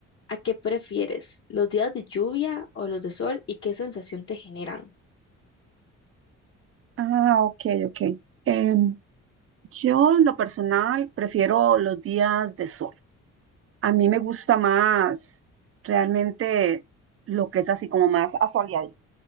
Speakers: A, on the left (about 50°); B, on the right (about 50°).
A: a qué prefieres, los días de lluvia o los de sol y qué sensación te generan.
B: Ah, ok, ok. Em, yo en lo personal prefiero los días de sol. A mí me gusta más realmente lo que es así como más asoleadito.